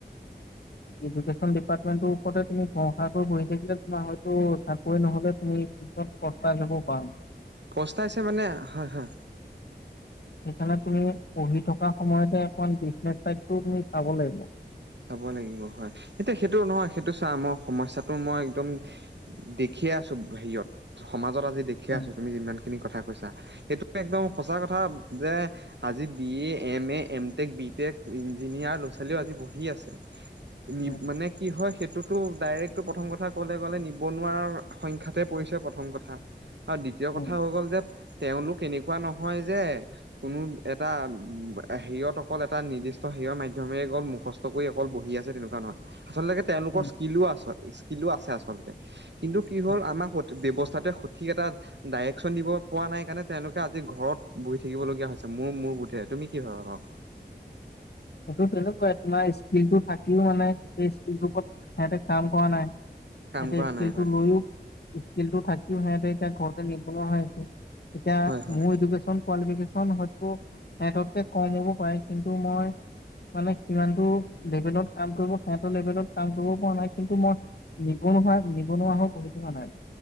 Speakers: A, on the left; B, on the right.
A: এডুকেশ্যন ডিপাৰ্টমেন্টৰ ওপৰতে তুমি পৰষাটো বহি থাকিলে তোমাৰ হয়তো চাকৰি নহলে তুমি পিছত কষ্টা আহিবও পৰা
B: পস্তাইছে মানে হা হা
A: সেইকাৰণে তুমি পঢ়ি থকা সময়তে অকমান বিজনেচ চাইডো তুমি চাব লাগিব <inaudible>
B: চাব লাগিব হয়, এতিয়া সেইটো নহয় সেইটো চা মই সমস্যাটো মই একদম দেখিয়ে আছো হেৰিয়ত সমাজত আ যি দেখি
A: উম
B: আছো তুমি যিমান সেইখিনি কথা কৈছা সেইটো একদম সঁচা কথা যে আজি B A M A M tech B tech engineer ল'ৰা ছোৱালীও আজি বহুত আছে
A: উম
B: নিব, মানে কি হয় সেইটো <unintelligible> তো ডাইৰেক্টটো প্ৰথম কথা ক'বলে গ'লে নিবনুৱাৰ সংখ্যাতে পৰিছে প্ৰথম কথা। আৰু দ্বিতীয় কথা
A: উম
B: হৈ গ'ল যে তেওঁলোক এনেকুৱা নহয় যে কোনো এটা হেৰিয়ত অকল এটা নিৰ্দিষ্ট হেৰিয়ৰ মাধ্যমেও গ'ল মুখস্থ <unintelligible> অকল বহি আছে তেনেকুৱা নহয়। আচলতে তেওঁলোকৰ
A: উম
B: স্কিলো আছে কিলো আছে আচলতে। কিন্তু, কি হ'ল
A: উম।
B: আমাক স ব্যৱস্থা সঠিক এটা ডাইৰেকশন দিব পোৱা নাই কাৰণে তেওঁলোকে আজি ঘৰত বহি থাকিবলগীয়া হৈছে, মোৰ মোৰ বোধেৰে তুমি কি ভাবা বাৰু?
A: সেইটো তেনেকুৱাই তোমাৰ স্কিলটো থাকিও মানে স স্কিলটোৰ ওপৰত সিহঁতে কাম কৰা নাই।
B: কাম
A: এতে
B: কৰা
A: স্কিলটো
B: নাই হয়
A: লৈও জতিটো থাকিম সিহঁতে এতিয়া ঘৰতে নিবনুৱা হৈ আছে। এতিয়া
B: হয় হয়
A: মোৰ এডোকেচন কোলিফিকেচন হয়তো সেহেতত কে কম হ'ব পাৰে কিন্তু মই মানে কিমানটো লেভেলত কাম কৰিব সেহটো লেভেলত কাম কৰিব পৰা নাই কিন্তু মই নিবনুৱা হৈ নিবনুৱা হৈ বহি থকা নাই।